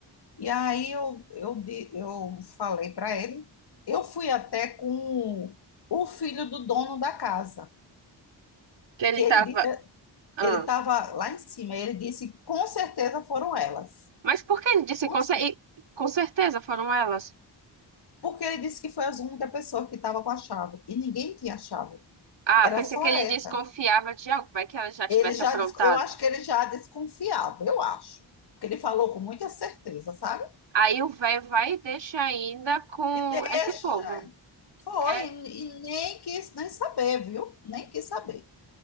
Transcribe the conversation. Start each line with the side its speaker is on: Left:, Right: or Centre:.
Left: E aí eu, eu, di- eu falei para ele, eu fui até com o filho do dono da casa.
Right: Que ele
Left: que ele
Right: tava.
Left: disse,
Right: Ah.
Left: ele estava lá em cima, e ele disse, com certeza foram elas.
Right: Mas por que ele disse
Left: Com
Right: com,
Left: cer-
Right: cer- e- com certeza foram elas?
Left: Porque ele disse que foi a única pessoa que estava com a chave, e ninguém tinha a chave,
Right: Ah,
Left: era
Right: pensei
Left: só
Right: que ele
Left: essa.
Right: desconfiava de algo, vai que ela já tivesse
Left: Ele já,
Right: aprontado.
Left: des- eu acho que ele já desconfiava, eu acho, porque ele falou com muita certeza, sabe?
Right: Aí o velho vai e deixa ainda com
Left: E deixa,
Right: esse povo.
Left: foi,
Right: É,
Left: e e nem quis nem saber, viu? Nem quis saber.